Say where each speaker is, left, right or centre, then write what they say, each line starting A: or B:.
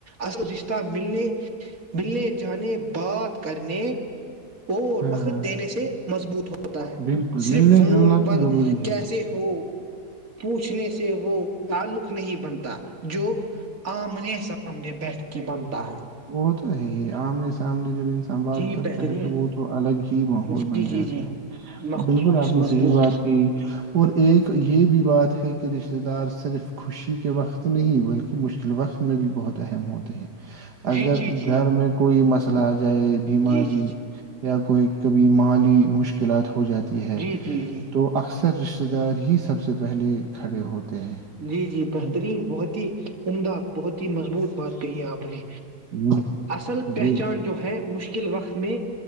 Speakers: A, on the right (about 55°); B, on the right (about 75°).
A: الزشتہ ملنے ملنے جانے بات کرنے اور
B: ہاں
A: وقت دینے سے مضبوط ہو ہوتا ہے
B: بالکل
A: صرف
B: ملنا
A: فون
B: جلنا
A: پر
B: تو ضروری
A: کیسے
B: ہے
A: ہو پوچھنے سے وہ تعلق نہیں بنتا جو آمنے سامنے بیٹھے کہ بنتا ہے
B: وہ تو ہے ہی آمنے سامنے انسان بات
A: جی
B: کرتا
A: بہترین
B: ہے تو وہ تو الگ ہی ماحول
A: جی
B: بن جاتا
A: جی جی
B: ہے
A: مخصوص
B: بالکل آپ نے
A: مضبوط
B: صحیح بات کی اور ایک یہ بھی بات ہے کہ رشتے دار صرف خوشی کے وقت نہیں بلکہ مشکل وقت میں بھی بہت اہم ہوتے ہیں
A: جی
B: اگر
A: جی جی
B: گھر میں کوئی مس س جائے بماری
A: جی جی
B: یا کوئی کبھی مالی مشکلات ہو ہو جاتی ہے
A: جی جی جی
B: تو اکثر سر رشتتے دار ہی سب سے پہلے کھڑے ہوتے ہیں
A: جی جی بہترین
B: ہے
A: بہت ہی عمدہ بہت ہی مضبوط بات کہی ہے آپ نے
B: نا؟ ہوں
A: اصل پہچان
B: جی
A: جو ہے مشکل قل وقت میں